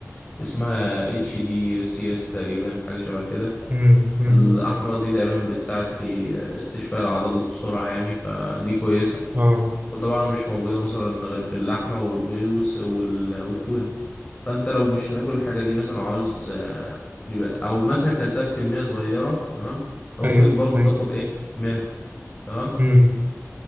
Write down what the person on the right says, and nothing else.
امم امم
اه
ايوه
ايوه
امم